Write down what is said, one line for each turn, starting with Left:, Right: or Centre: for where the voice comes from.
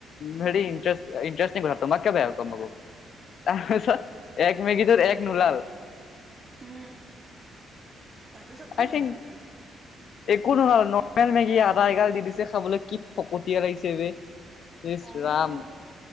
Right: উম
Left: হেৰি ইটাৰেষ্ট কথা তোমাক কে বেয়া ক'ম আকৌ। তাৰপিছত এগ মেগীটোত এগ নোলাল।
Right: উম, তাৰপিছত কি
Left: আই
Right: উলালেগৈ?
Left: থিংক একো <unintelligible> নৰ্মেল মেগী আদা এগাল দি দিছে খাবলৈ, কি ফকতীয়া লাগিছে বে। ইচ
Right: অ'।
Left: ৰাম